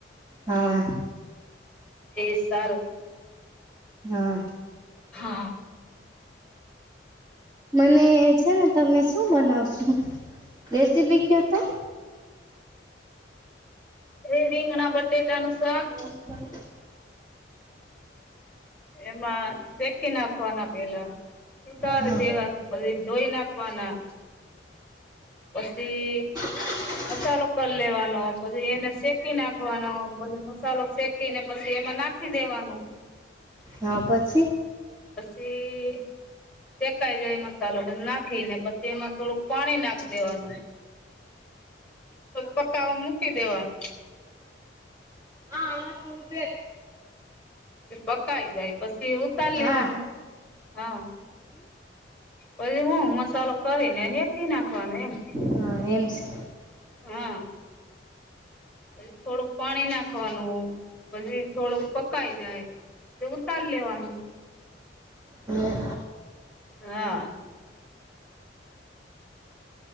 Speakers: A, on the right; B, in the centre.
A: હા.
B: એ જ સારું.
A: હા.
B: હા.
A: મને છે ને, તમે શું બનાવશો? રેસીપી કયો હતો?
B: એ રીગના બટેેકાનું શાક.
A: હા.
B: એમાં સેકી નાખવાના પહેલા, સુધારી
A: હા
B: દેવાનું. પછી ધોઈ નાખવાના. પછી
A: હ <unintelligible>
B: મસાલો કરી લેવાનો, પછી એને શેકી નાખવાનો, પછી મસાલો શેકીને, પછી એમાં નાખ ખી દેવાનું.
A: હા, પછી
B: પછી શેકાઈ જાય મસાલો નાખીને, પછી એમાં થોડુંક પાણી નાખ દેવાનું પ, પકાવા મૂકી દેવાનું.
A: હા, આ ટૂપ
B: પ પકાય જાય પછી, ઉતારી લેવાનું,
A: હા
B: હા. પછી હું, મસાલો કરીને હેકી નાખવાનો એમ.
A: હ, એમ છે.
B: હા. પછી થોડુંક પાણી નાખવાનું, પછી થોડુંક પકાઈ જાય. પ ઉતાર લેવાનું.
A: હમ
B: હા.